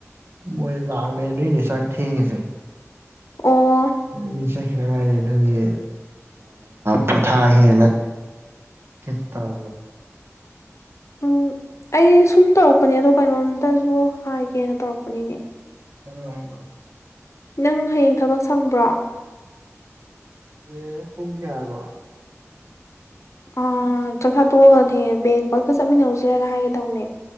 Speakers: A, on the right; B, on the left.
A: ꯃꯣꯏ ꯂꯥꯛꯑꯃꯦꯗꯣꯏꯅꯦ ꯆꯥꯛ ꯊꯦꯡꯉꯤꯁꯦ
B: ꯑꯣ
A: ꯃꯤ ꯆꯠꯈꯤꯅꯉꯥꯏ ꯑꯗꯨꯒꯤ ꯄꯣꯊꯥ ꯍꯦꯅ ꯀꯈꯤ ꯇꯔ
B: ꯎꯝ ꯑꯩ ꯁꯨꯝ ꯇꯧꯔꯛꯄꯅꯦ ꯑꯗꯣ ꯀꯩꯅꯣꯝꯇꯁꯨ ꯍꯥꯏꯒꯦꯅ ꯇꯧꯔꯛꯄꯅꯤꯅꯦ
A: ꯍꯂ ꯍꯂ <inaudible>
B: ꯅꯪ ꯍꯌꯦꯡ ꯊꯕꯛ ꯁꯪꯕ꯭ꯔꯣ
A: ꯍ ꯄꯨꯨꯡꯒꯌꯥꯅꯣ
B: ꯑꯥ ꯆꯪꯈꯥ ꯇꯣꯛꯑꯒꯅꯦ ꯕꯦꯡ ꯄꯛꯇ ꯆꯠꯃꯤꯟꯅꯔꯨꯁꯤꯔꯒ ꯍꯥꯏꯒꯦ ꯇꯧꯅꯦ